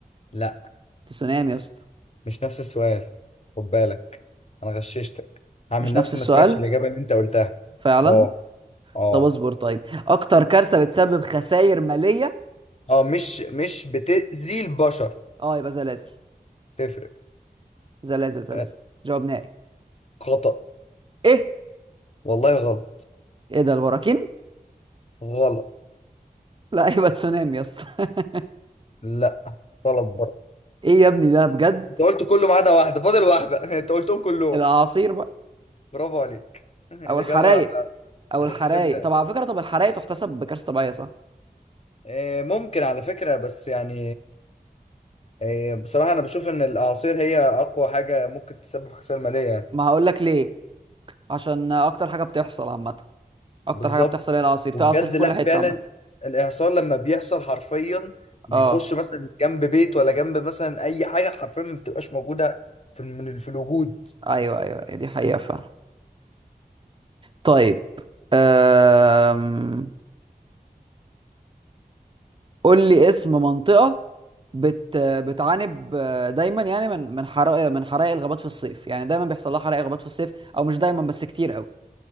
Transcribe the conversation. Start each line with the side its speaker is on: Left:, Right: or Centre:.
Left: لا
Right: تسونامي يا اسطى
Left: مش نفس السؤال خد بالك أنا غششتك هعمل
Right: مش
Left: نفسي
Right: نفس السؤال
Left: ما سمعتش الإجابة اللي أنت قلتها
Right: فعلا
Left: أه أه
Right: طب اصبر طيب اكتر كارثه بتسبب خسائر ماليه
Left: أه مش مش بتأذي البشر
Right: اه يبقى زلازل
Left: تفرق
Right: زلازل زلازل
Left: آه،
Right: جواب نهائي
Left: خطأ
Right: ايه
Left: والله غلط
Right: ايه ده البراكين
Left: غلط
Right: لا يبقى تسونامي يا اسطى <laughs>
Left: لا غلط برضه
Right: ايه يا ابني ده بجد
Left: أنت قلت كله ما عدا واحدة فاضل واحدة <laughs> أنت قلتهم كلهم
Right: الاعاصير بقى
Left: برافو عليك <laughs> الإجابة
Right: او الحرايق او
Left: هتتحسب
Right: الحرايق
Left: لها
Right: طب على فكره طب الحرايق تحتسب بكارثه طبيعيه صح
Left: آه، ممكن على فكرة بس يعني آه، بصراحة أنا بشوف إن الأعاصير هي أقوى حاجة ممكن تسبب خسائر مالية
Right: ما هقول لك ليه عشان اكتر حاجه بتحصل عامه اكتر
Left: بالظبط
Right: حاجه بتحصل هي الاعاصير
Left: وبجد
Right: في اعاصير في
Left: لأ
Right: كل حته
Left: فعلا
Right: عامه
Left: الإعصار لما بيحصل حرفيا بيخش
Right: اه
Left: مثلا جنب بيت ولا جنب مثلا أي حاجة حرفيا ما بتبقاش موجودة في الم- في الوجود
Right: ايوه ايوه دي حقيقه فعلا طيب أم... قول لي اسم منطقة بت... بتعاني آه، دايما يعني من من حرائق من حرائق الغابات في الصيف يعني دايما بيحصل لها حرائق غابات في الصيف او مش دايما بس كتير قوي